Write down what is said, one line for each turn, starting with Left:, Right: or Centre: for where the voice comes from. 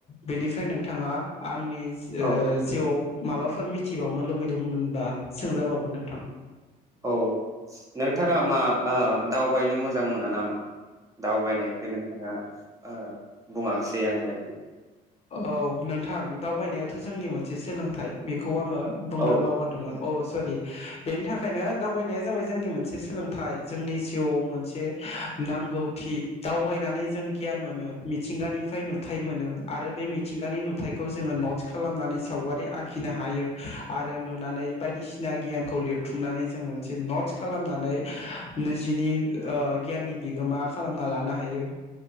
Left: बेनिफ्राय नोंथाङा आंनि ओ
Right: औ
Left: जिउआव माबाफोर मिथिबावनो लुुबैदोंमोनबा सोंजाबावगोन नोंथां
Right: औ नोंथाङा मा ओ दावबायनो मोजां मोना नामा दावबायनायखौ नोंथाङा ओ बुङासै आं बे
Left: औ नों थां दावबायनायाथ' जोंनि मोनसे सोलोंथाइ बेखौ खौ आङो बुंनो
Right: औ
Left: बावगारदोंमोन औ सरि बेनि थाखायनो दावबायनाया जाबाय जोंनि मोनसे सोलोंथाइ जोंनि जिउआव मोनसे नांगौथि दावबायनानै जों गियान मोनो मिथिंगानिफ्राय नुथाय मोनो आरो बे मिथिंगानि नुथथायखौ जोङो नट्स खालामनानै सावगारि आखिनो हायो आरो नुनानै बायदिसिना गियानखौ लिरथुमनानै जों मोनसे नट्स खालामनानै निजिनि ओ गियाननि बिगोमा खालामना लानो हायो